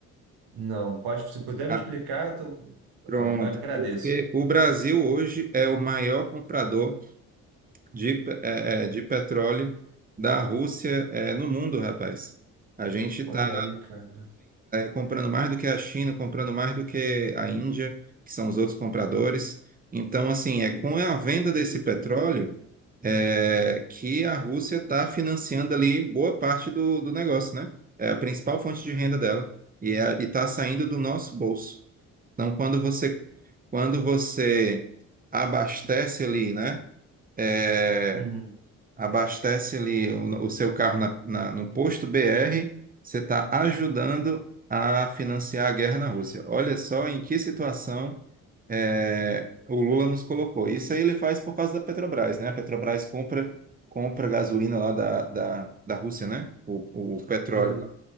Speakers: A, on the right; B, on the right.
A: Não, pode, se puder
B: Ah,
A: me explicar, eu, tô-
B: pronto.
A: eu agradeço.
B: Porque o Brasil hoje é o maior comprador de, pe- é, é, de petróleo da Rússia é, no mundo, rapaz. A gente está
A: Olha aí, cara.
B: comprando mais do que a China, comprando mais do que a Índia, que são os outros compradores. Então, assim, é com a venda desse petróleo é, que a Rússia está financiando ali boa parte do, do negócio, né? É a principal fonte de renda dela e é, e está saindo do nosso bolso. Então, quando você, quando você abastece ali, né? é,
A: Uhum.
B: abastece ali o, o seu carro na- na- no posto BR, você está ajudando a financiar a guerra na Rússia. Olha só em que situação é, o Lula nos colocou. Isso aí ele faz por causa da Petrobras, né? A Petrobras compra, compra gasolina lá da, da, da Rússia, né? O, o petróleo.
A: Sim.